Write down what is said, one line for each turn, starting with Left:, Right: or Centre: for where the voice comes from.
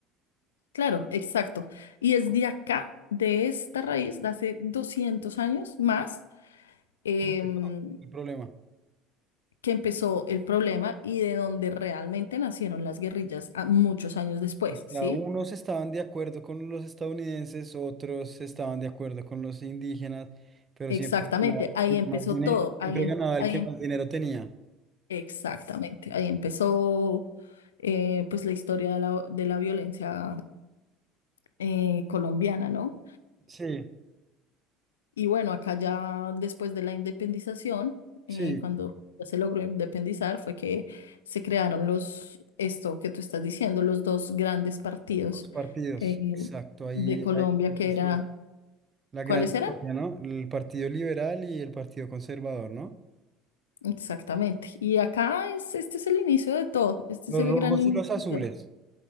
Left: Claro, exacto. Y es de acá, de esta raíz, de hace 200 años más, em,
Right: que empezó el problema.
Left: que empezó el problema y de donde realmente nacieron las guerrillas a- muchos años después,
Right: O sea,
Left: ¿sí?
Right: unos estaban de acuerdo con los estadounidenses, otros estaban de acuerdo con los indígenas, pero
Left: Exactamente,
Right: siempre ganaba el
Left: ahí
Right: que más
Left: empezó
Right: dinero,
Left: todo,
Right: siempre
Left: ahí, em-
Right: ganaba
Left: ahí
Right: el que
Left: em-
Right: más dinero tenía.
Left: exactamente, ahí empezó eh, pues la historia de la, de la violencia eh, colombiana, ¿no?
Right: Sí,
Left: Y bueno, acá ya después de la independización,
Right: sí,
Left: eh, cuando ya se logró independizar, fue que se crearon los, esto que tú estás diciendo, los dos grandes partidos
Right: los partidos,
Left: eh,
Right: exacto, ahí,
Left: de Colombia,
Right: ahí empezó.
Left: que era,
Right: La
Left: ¿cuáles
Right: gran historia,
Left: eran?
Right: ¿no? El Partido Liberal y el Partido Conservador, ¿no?
Left: Exactamente. Y acá es, este es el inicio de todo, este
Right: Los
Left: es el
Right: rojos
Left: gran inicio.
Right: y los azules.
Left: de todo.